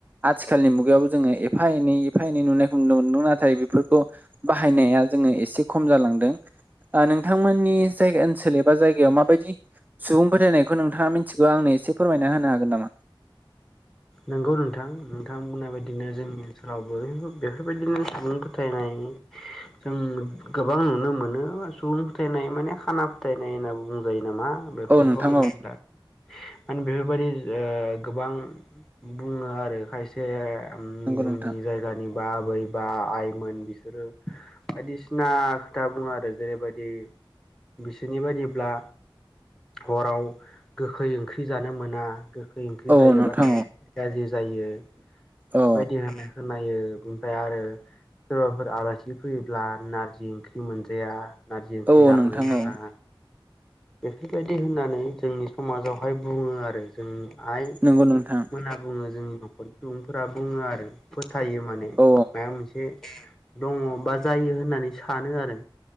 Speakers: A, on the right; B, in the centre.
A: आथिखालनि मुगायावबो जोङो एफा एनै एफा एनै नुनायखौ नुनो मोनदों नाथाय बेफोरखौ बाहायनाया जोङो एसे खम जालांदों आ नों थांमोननि जायगा ओनसोल एबा जायगायाव माबायदि सुबुं फोथायनायखौ नोंथाङा मिथिगौ आंनो एसे फोरमायना होनो हागोन नामा?
B: नंगौ नोंथां नोंथां बुंनाय बायदिनो जोंनि ओनसोलावबो बेफोरबायदिनो सुबुं फोथायनाय
A: <inaudible>
B: जों गोबां नुनो मोनो सुबुं फोथायनाय माने खाना फोथायनाय होननानैबो बुंजायो नामा? बेखौथ'
A: औ नोंथां
B: आं
A: औ
B: मिथिला माने बेफोरबायदि ओ गोबां बुङो आरो खायसे उम
A: नंगौ
B: जोंनि
A: नोंथां
B: जायगानि बा आबै बा आइमोन बिसोरो बायदिसिना खोथा बुङो आरो जेरैबायदि बिसोरनि बायदिब्ला हराव गोखै ओंख्रि जानो मोना। गोखै ओंख्रि
A: औ
B: जायोबाथाय
A: नोंथां
B: गाज्रि जायो
A: औ
B: बेबायदि होनो। खोनायो ओमफ्राय आरो सोरबाफोर आलासि फैयोब्ला नारजि ओंख्रि मोनजाया नारजि ओंख्रि
A: औ
B: जाहोनो
A: औ नोंथां
B: नाङा।
A: औ
B: बेफोरबायदि होननानै जोंनि समाजावहाय बुङो आरो जोंनि आइ
A: नंगौ नोंथां।
B: मोनना बुङो जोंनि नखर सुबुंफोरा बुङो आरो फोथायो माने
A: औ
B: मा मोनसे दङ बा जायो होननानै सानो आरो